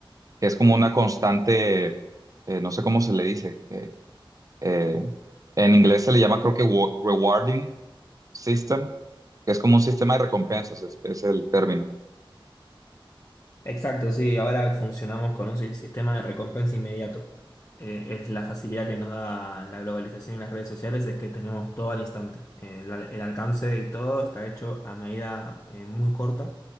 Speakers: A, on the right; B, on the left.
A: que es como una constante, eh, no sé cómo se le dice, eh, eh, en inglés se le llama creo que wa- rewarding system, que es como un sistema de recompensas, es es el término.
B: Exacto, sí, ahora funcionamos con un si- sistema de recompensa inmediato. Eh, es la facilidad que nos da la globalización y las redes sociales, es que tenemos todo al instante. Eh, el, el alcance y todo está hecho a medida eh, muy corta.